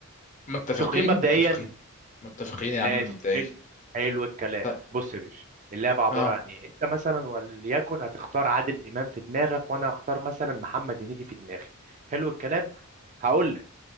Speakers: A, on the left; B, on the right.
A: متفقين
B: متفقين مبدئيا
A: متفقين متفقين يا عم
B: ماشي
A: مبدئيا
B: حلو حلو الكلام
A: طيب
B: بص يا باشا اللعبة عبارة
A: اه
B: عن ايه انت مثلا وليكن هتختار عادل امام في دماغك وانا هختار مثلا محمد هنيدي في دماغي حلو الكلام هقول لك